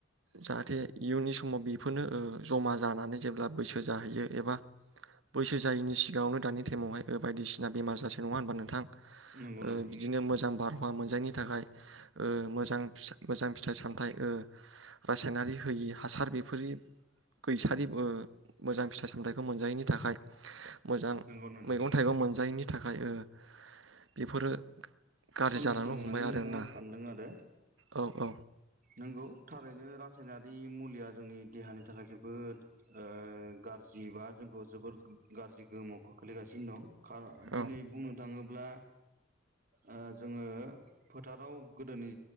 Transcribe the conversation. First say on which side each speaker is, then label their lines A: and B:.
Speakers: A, on the right; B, on the right.
A: जाहाथे इयुननि समाव बेफोरनो ओ जमा ज जानानै जेब्ला बैसो जाहैयो एबा बैसो जायैनि सिगाङावनो दानि टाइमावहाय बायदिसिना बेमार जासै नङा होनबा नोंथां
B: नंगौ
A: ओ
B: नोंथां
A: बिदिनो मोजां बार मा मोनजायनि थाखाय ओ मोजां मोजां फिथाइ सामथाइ ओ रासायनारि होयि हासार बेफोरनि फैसारिब ओ मोजां फिथाइ सामथाइखौ मोनजायैनि थाखाय मोजां
B: नंगौ नोंथां
A: मैगं थाइगं मोनजायैनि थाखाय ओ बेफोरो गाज्रि
B: सोमजिदों
A: जालांनो
B: होननानै
A: हमबाय आरोना
B: नोंथाङा सानदों आरो
A: औ औ
B: नंगौ थारैनो रासायनारि मुलिया जोंनि देहानि थाखाय जोबोद ओ गाज्रि बा जोंखौ जोबोद गाज्रि गोहोमाव खोख्लैगासिनो दं खार
A: औ
B: दिनै बुंनो थाङोब्ला ओ जोङो फोथाराव गोदोनि